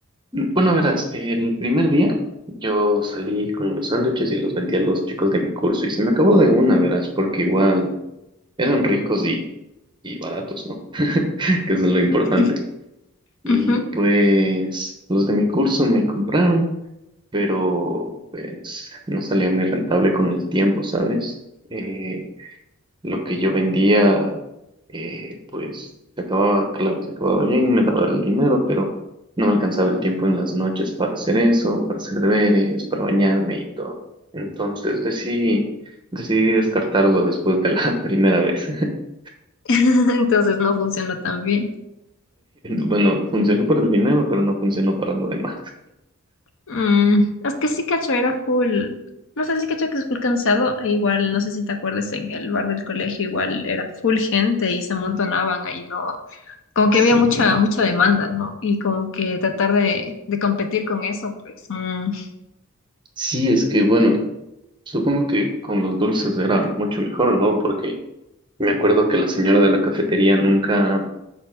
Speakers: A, on the right (about 20°); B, on the left (about 60°).
A: Bueno, verás, el primer día yo salí con los sándwiches y los vendí a los chicos de mi curso y se me acabó de una, verás, porque igual eran ricos y, y baratos, ¿no? <laughs> Que eso es lo importante.
B: <laughs>
A: Y
B: Ujú.
A: pues los de mi curso me compraron, pero pues no salía muy rentable con el tiempo, ¿sabes? Eh, lo que yo vendía, eh, pues se acababa, claro, se acababa bien, me daba el dinero, pero no me alcanzaba el tiempo en las noches para hacer eso, para hacer deberes, para bañarme y todo. Entonces decidí, decidí descartarlo después de la <laughs> primera vez. <laughs>
B: <laughs> Entonces no funcionó tan bien.
A: Bueno, funcionó para el dinero, pero no funcionó para lo demás.
B: Mm, es que sí, cacho, era full. No sé si cacho que es full cansado, e igual, no sé si te acuerdas, en el bar del colegio igual era full gente y se amontonaban ahí, ¿no? Como
A: Sí.
B: que había mucha, mucha demanda, ¿no? Y como que tratar de, de competir con eso, pues. mm.
A: Sí, es que bueno, supongo que con los dulces era mucho mejor, ¿no? Porque me acuerdo que la señora de la cafetería nunca,